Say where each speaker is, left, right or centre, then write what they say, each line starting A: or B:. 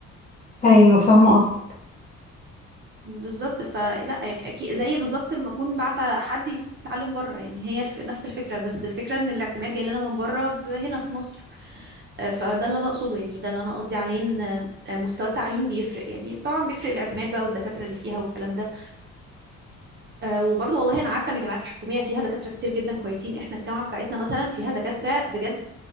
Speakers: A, on the left; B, on the right.
A: ايوه فاهمه قصدك
B: بالظبط فلا يعني اكيد زي بالظبط لما اكون بعت حد يتعلم بره يعني هي الف... نفس الفكره بس الفكره ان الاعتماد جاي لنا من بره ب- هنا في مصر آه، فده اللي انا اقصده يعني ده اللي انا قصدي عليه ان آه، آه، مستوى التعليم بيفرق يعني طبعا بيفرق الاعتماد بقى والدكاتره اللي فيها والكلام ده آه، وبرضه والله انا عارفه ان الجامعات الحكوميه فيها دكاتره كتير جدا كويسين احنا الجامعه بتاعتنا مثلا فيها دكاتره بجد